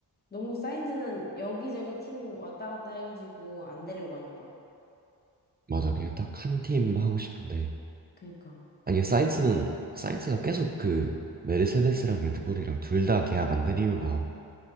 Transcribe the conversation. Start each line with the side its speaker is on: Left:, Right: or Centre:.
Left: 너무 사인즈는 여기저기 팀 왔다 갔다 해가지고 안 데려가나 봐.
Right: 맞아 그냥 딱 한 팀 하고 싶은데
Left: 그니까.
Right: 아니 사이언스는 사이언스가 계속 그 메르세데스랑 레드불이랑 둘 다 계약 안 된 이유가